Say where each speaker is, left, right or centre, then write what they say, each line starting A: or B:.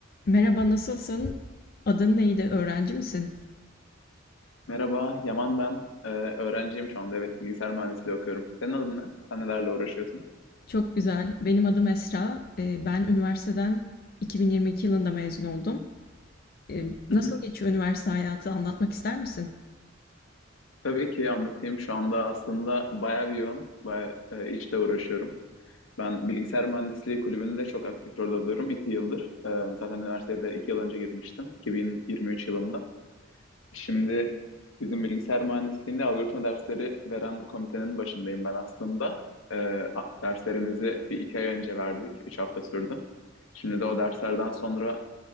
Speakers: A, on the left; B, on the left.
A: Merhaba, nasılsın? Adın neydi? Öğrenci misin?
B: Merhaba, Yaman ben. Ee, öğrenciyim şu anda. Evet, bilgisayar mühendisliği okuyorum. Senin adın ne? Sen nelerle uğraşıyorsun?
A: Çok güzel. Benim adım Esra. Ee, Ben üniversiteden 2022 yılında mezun oldum. Ee,
B: Hı
A: Nasıl
B: hı.
A: geçiyor üniversite hayatı? Anlatmak ister misin?
B: Tabii ki anlatayım. Şu anda aslında bayağı bir yoğun, bayağı e, işle uğraşıyorum. Ben bilgisayar mühendisliği kulübünde çok aktif rol alıyorum iki yıldır. Ee, zaten üniversitede iki yıl önce girmiştim, 2023 yılında. Şimdi bizim bilgisayar mühendisliğinde algoritma dersleri veren komitenin başındayım ben aslında. Ee, a- derslerimizi bir iki ay önce verdik, üç hafta sürdü. Şimdi de o derslerden sonra